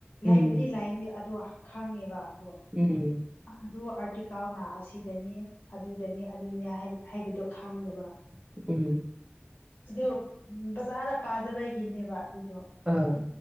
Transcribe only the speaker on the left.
ꯂꯩꯕꯨꯗꯤ
ꯂꯩ ꯑꯗꯣ ꯈꯪꯉꯦꯕ ꯑꯗꯣ.
ꯑꯗꯨ ꯑꯥꯔꯇꯤꯀꯜꯅ ꯑꯁꯤꯗꯅꯤ ꯑꯗꯨꯗꯅꯤ ꯑꯗꯨꯅꯤ ꯍꯥꯏꯕꯗꯣ ꯈꯪꯗꯕ꯫ ꯑ
ꯑꯗꯨ ꯕꯖꯥꯔꯗ ꯄꯥꯗꯕꯩꯒꯤꯅꯦꯕ ꯑꯗꯨꯗꯣ꯫